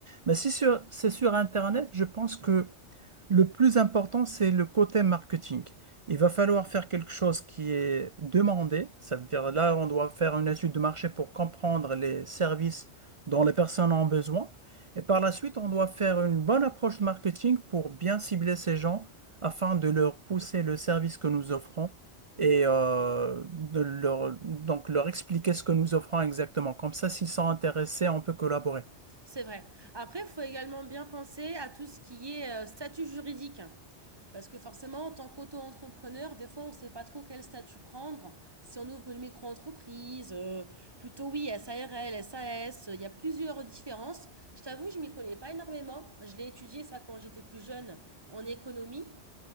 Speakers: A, on the right; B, on the right.
A: Mais si sur- c'est sur Internet, je pense que le plus important, c'est le côté marketing. Il va falloir faire quelque chose qui est demandé. Ça veut dire là, on doit faire une étude de marché pour comprendre les services dont les personnes ont besoin. Et par la suite, on doit faire une bonne approche de marketing pour bien cibler ces gens afin de leur pousser le service que nous offrons et euh, de leur, donc leur expliquer ce que nous offrons exactement. Comme ça, s'ils sont intéressés, on peut collaborer.
B: C'est vrai. Après, il faut également bien penser à tout ce qui est euh, statut juridique. Parce que forcément, en tant qu'auto-entrepreneur, des fois, on ne sait pas trop quel statut prendre. Si on ouvre une micro-entreprise, euh, plutôt oui, SARL, SAS, euh, il euh, y a plusieurs différences. Je t'avoue, je ne m'y connais pas énormément. Je l'ai étudié ça quand j'étais plus jeune en économie.